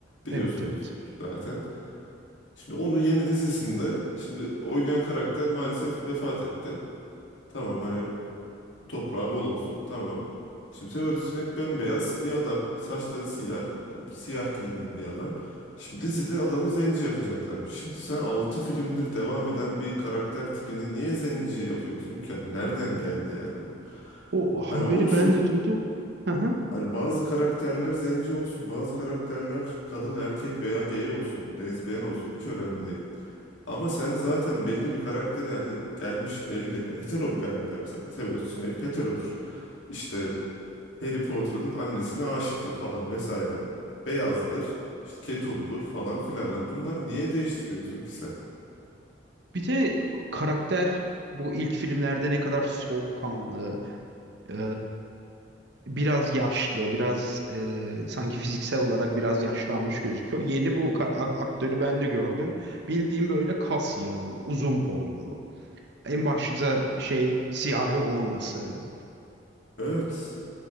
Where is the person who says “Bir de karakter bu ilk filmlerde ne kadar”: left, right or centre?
Right